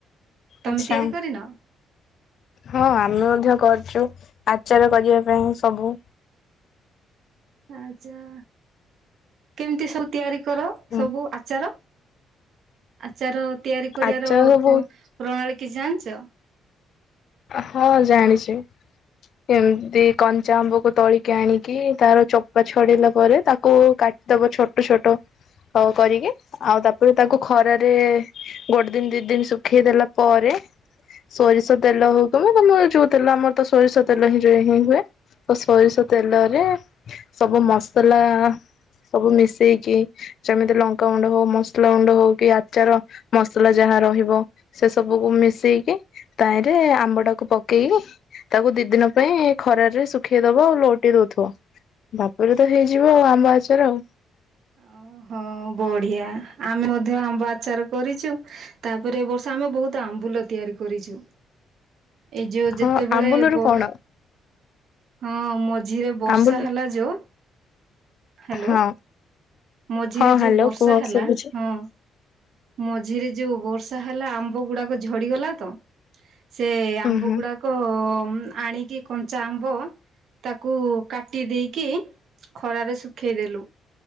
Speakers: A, on the right; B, on the left.
A: ତମେ
B: ଆଚ୍ଛା
A: ତିଆରି କରିନ?
B: ହଁ ଆମେ ମଧ୍ୟ କରିଛୁ ଆଚାର କରିବା ପାଇଁ ସବୁ।
A: ଆଚ୍ଛା କେମିତି ସବୁ ତିଆରିକର
B: ହୁଁ
A: ସବୁ ଆଚାର। ଆଚାର ତିଆରି କରିବାର
B: ଆଚାର ସବୁ
A: ପ୍ର ପ୍ରଣାଳୀ କିଛି ଜାଣିଛ।
B: ହଁ ଜାଣିଛି। ଏମିତି କଞ୍ଚାଆମ୍ବକୁ ତୋଳିକି ଆଣିକି ତାର ଚୋପା ଛଡେଇିଲା ପରେ ତାକୁ କାଟି ତାପରେ ଛୋଟ ଛୋଟ କରିକି ଆଉ ତାପରେ ତାକୁ ଖରାରେ ଗୋଟେଦିନ ଦି ଦିନ ଶୁଖେଇ ଦେଲା ପରେ ସୋରିଷ ତେଲ ହଉ ତମେ ତମର ଯୋଉ ତେଲ ଆମରତ ସୋରିଷ ତେଲହିଁ ଯେହିଁ ହୁଏ। ଆଉ ସୋରିଷ ତେଲରେ ସବୁ ମସଲା ସବୁ ମିଶେଇକି ଯେମିତି ଲଙ୍କାଗୁଣ୍ଡ ହଉ ମସଲାଗୁଣ୍ଡ ହଉ କି ଆଚାର ମସଲା ଯାହା ରହିବ। ସେ ସବୁକୁ ମିଶେଇକି ତାହିଁରେ ଆମ୍ବଟାକୁ ପକେଇଲେ ତାକୁ ଦି ଦିନ ପାଇଁ ଖରାରେ ଶୁଖେଇ ଦବ ଲଉଟେଇ ଦଉଥିବ। ବାବାରେତ ହେଇଯିବ ଆଉ ଆମ୍ବଆଚାର ଆଉ।
A: ଆଉ। ହଁ ବଢିଆ ଆମେ ମଧ୍ୟ ଆମ୍ବଆଚାର କରିଛୁ ତାପରେ ଏବର୍ଷ ଆମେ ବହୁତ ଆମ୍ବୁଲ ତିଆରି କରିଛୁ ଏଇ ଯୋଉ
B: ହଁ
A: ଯେତେବେଳେ
B: ଆମ୍ବୁଲରୁ
A: ବୋ
B: କଣ
A: ହଁ ମଝିରେ ବର୍ଷାହେଲା
B: ଆମ୍ବୁଲ
A: ଯୋଉ ହାଲୋ
B: ହଁ
A: ମଝିରେ
B: ହଁ
A: ଯୋଉ
B: ହ୍ୟାଲୋ
A: ବର୍ଷା
B: କୁହ
A: ହେଲା
B: ଶୁଭୁଛି
A: ହଁ। ହଁ ମଝିରେ ଯୋଉ ବର୍ଷା ହେଲା ଆମ୍ବ ଗୁଡାକ ଝଡିଗଲାତ। ସେ
B: ହୁଁ
A: ଆମ୍ବ
B: ହୁଁ
A: ଗୁଡାକ ଆଣିକି କଞ୍ଚାଆମ୍ବ। ତାକୁ କାଟିଦେଇକି ଖରାରେ ଶୁଖେଇଦେଲୁ।